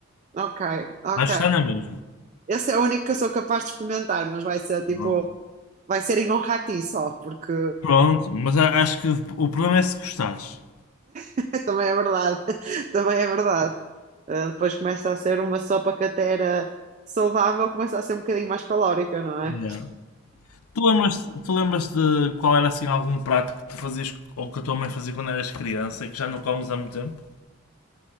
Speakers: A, on the right; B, on the left.
A: Ok, ok.
B: mas está na mesma.
A: Esse é o único que eu sou capaz de experimentar, mas vai ser tipo.
B: Pronto,
A: Vai ser em honra a ti só, porque
B: Pronto, mas a- acho que o problema é se gostares.
A: <laughs> também é verdade. <laughs> Também é verdade. Ah, depois começa a ser uma sopa que até era saudável, começa a ser um bocadinho mais calórica, não é?
B: Yeah. Tu lembras, tu lembras de qual era assim algum prato que tu fazias ou que a tua mãe fazia quando eras criança e que já não comes há muito tempo?